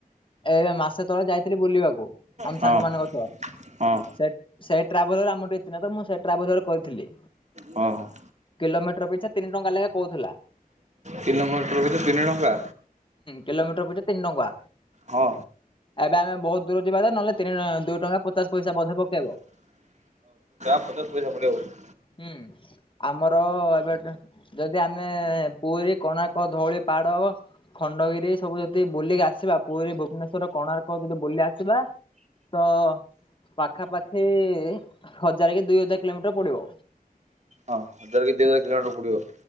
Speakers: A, on the left (about 35°); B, on the right (about 50°).
A: ଏବେ ମାସେ ତଳେ ଯାଇଥିଲି ବୁଲିବାକୁ ଆମ
B: ହଁ
A: ସାଙ୍ଗମାନାନଙ୍କ ସହ।
B: ହଁ ହଁ।
A: ସେ ସେଇ ଟ୍ରାେବୁଲାରେ ଆମର ତିକେଥିତ ମୁଁ ସେ ଟ୍ରାଭେଲର କରିଥିଲି।
B: ହଁ ହଁ।
A: କିଲୋ ମିଟର ପି ପିଛା ତିନ ଟଙ୍କାା ଲେଖା କହୁଥିଲା।
B: କିଲୋ ମୋଟର ଭିତ ତିନି ଟଙ୍କା।
A: କିଲୋମିଟର ପିଛା ତିନି ଟଙ୍କା।
B: ହଁ।
A: ଏବେ ଆମେ ବହୁତ ଦୂର ଯିବା ତ ନହେଲେ ତିନି ଦୁଇ ଟଙ୍କା ପଚାଶ ପଇସା ମଧ୍ୟ ପକେଇବ।
B: ପଚାସ ପଇସେ ପଡ଼ିବ ଆ ଉ।
A: ହୁଁ ଆମର ଏବେ ଯଦି ଆମେ ପୁରୀ କଣାର୍କ ଧଉଳି ପାଡହବ ଖଣ୍ଡଗିରି ସବୁ ଯଦି ବୁଲିକି ଆସିବା ପୁରୀ ଭୁବନେଶ ର କୋଣାର୍କ ଯଦି ବୁଲ ଆସିବା ତ ପାଖାପାଖି ହଜାର କି ଦୁଇ ହଜାର କିଲୋମିଟର ପଡିବ।
B: ହଁ ହଜାରେ କି ଦିଇ ହଜାରେ କିଲୋମିଟର ପୁଡିବ।